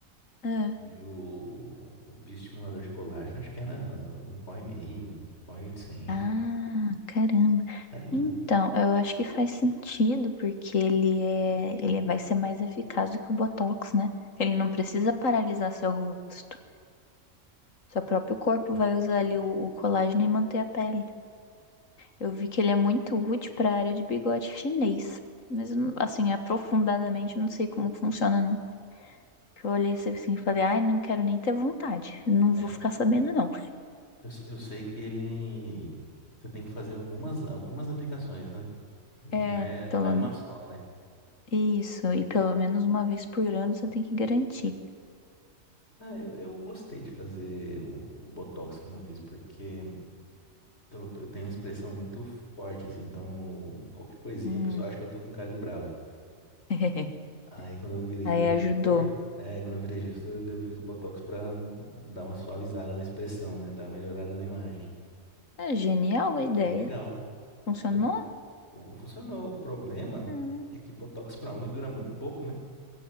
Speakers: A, on the left; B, on the left.
A: ah,
B: E o, o bioestimulador de colágeno, acho que era um pó e meio, um pó e oitocentos
A: Ah, caramba.
B: Carinho.
A: Então, eu acho que faz sentido, porque ele é, ele vai ser mais eficaz do que o Botox, né? Ele não precisa paralisar seu rosto. Seu próprio corpo vai usar ali o, o colágeno e manter a pele. Eu vi que ele é muito útil para a área de bigode chinês. Mas, eu não- assim, aprofundadamente, eu não sei como funciona, não. Que eu olhei assim e falei, ai, não quero nem ter vontade. Não vou
B: É,
A: ficar sabendo, não.
B: eu, s- eu sei que ele... Você tem que fazer algumas, algumas aplicações, né? Não
A: É,
B: é, não
A: pelo
B: é uma só, né?
A: Isso, e pelo menos uma vez por ano você tem que garantir.
B: Ah, eu, eu gostei de fazer o, o Botox quando eu fiz, porque... Eu, eu tenho uma expressão muito forte, assim, então qualquer coisinha
A: Hum.
B: o pessoal acha que eu tô com cara de bravo.
A: <laughs>
B: Aí quando eu virei
A: Aí
B: gestor,
A: ajudou.
B: é, quando eu virei gestor, eu dei- eu fiz o Botox pra dar uma suavizada na expressão, né? Dar uma melhorada na imagem.
A: É genial a ideia.
B: Foi legal.
A: Funcionou?
B: Mas o- funcionou. O problema
A: Hum.
B: é que Botox pra homem dura muito pouco, né?